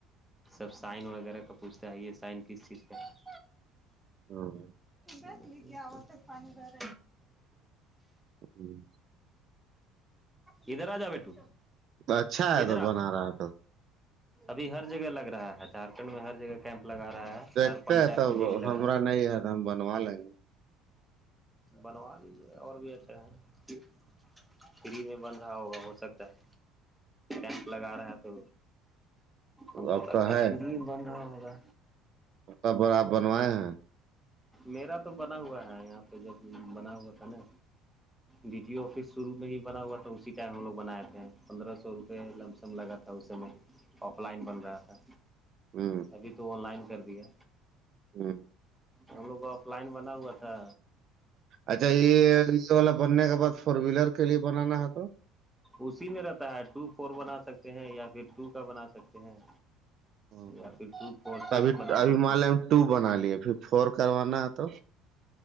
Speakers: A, in the centre; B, on the right (about 50°).
A: سب سائن وغیرہ کا پوچھتے ہے یہ سائن کس چیز کا ہے
B: ہاں
A: بر لی گ آت پانی بیر
B: ہوں
A: یہھر راجا بیٹو
B: اچھا ہے
A: ادھر
B: تو بنا رہا تو
A: ابھی ہر جگہ لگ رہا ہے جھارکھنڈ میں ہر جگہ کیمپ لگا رہا ہے
B: دیکھتے
A: ہر پنچایت
B: ہیں تب
A: میں ڈیلی لگ
B: ہما
A: رہا
B: نہیں ہے تو ہم بنوا لیں گے
A: بنوا لیجیے اور بھی ایچھے ہیں فری میں بن رہا ہوگا ہو سکتا ہے مپ لگا رہا ہے تو ہم کو
B: آپ
A: ل
B: کا ہے
A: فری بند رہا ہوا
B: کب آپ بنوائے ہیں
A: میرا تو بنا ہوا ہے یہاں پہ جب بنا ہوا تھا نا ڈی ٹی آفس شروع میں ہی بنا ہوا تھا اسی ٹائم ہم لوگ بنائے تھے پندرہ سو روپئے لم سم لگا تھا اس میں آف لائن بن رہا تھا
B: ہ ہ
A: ابھی تو آن لائن کر دیا
B: ہاں
A: ہم لوگ کو آف لائن بنا ہوا تھا
B: اچھا یہ یہ والا بننے کے بعد فور ویلر کے لیے بنانا ہے تو
A: اسی میں رہتا ہے ٹو فور بنا سکتے ہیں یا پھر ٹو کا بنا سکتے ہیں
B: تو
A: یا پھر ٹو فور سکس
B: ابھی
A: بنا
B: ابھی
A: سکتے
B: مان
A: ہیں
B: لیں ہم ٹو بنا لیے پھر فور کروانا ہے تو